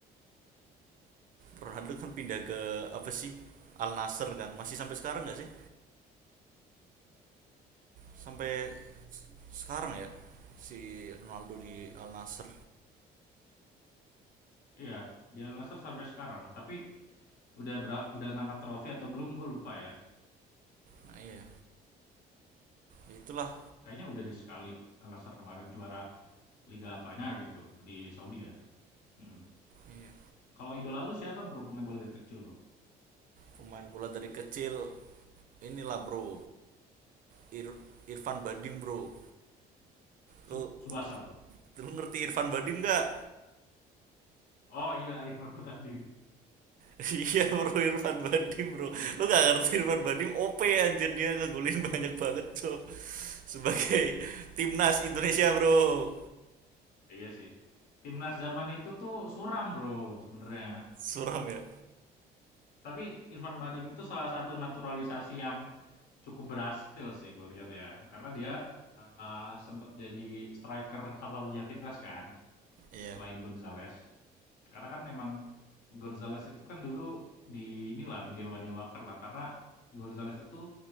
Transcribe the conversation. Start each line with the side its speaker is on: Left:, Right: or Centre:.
Right: Ronaldo kan pindah ke apa sih? Al Nassr kan. Masih sampai sekarang nggak sih? Sampai sekarang ya si Ronaldo di Al Nassr.
Left: Iya, di Al Nassr sampai sekarang, tapi udah bera- udah ngangkat trofi atau belum gue lupa ya.
Right: Nah, iya. Itulah.
Left: Kayaknya udah di sekali Al Nassr kemarin juara liga apanya gitu di Saudi ya. mm
Right: Iya.
Left: Kalau idola lu siapa, Bro, pemain bola dari kecil, Bro?
Right: Pemain bola dari kecil inilah, Bro. Ir- Irfan Badim, Bro.
Left: Su
Right: Lu
Left: Subasa, Bro.
Right: lu ngerti Irfan Badim nggak?
Left: Oh iya, Irfan Bahdim.
Right: <laughs> Iya bro Irfan Badim bro Lu gak ngerti Irfan Badim OP anjir dia ngegolin banyak banget so Sebagai timnas Indonesia bro
Left: Iya sih. Timnas zaman itu tuh suram, Bro, sebenarnya.
Right: Suram ya
Left: Tapi Irfan Bahdim itu salah satu naturalisasi yang cukup berhasil sih gue lihat ya. Karena dia eh, sempat jadi striker satu-satunya timnas kan,
Right: Iya
Left: selain Gonzales. Karena kan memang Gonzales itu kan dulu di inilah di dewa-dewakan lah karena Gonzales itu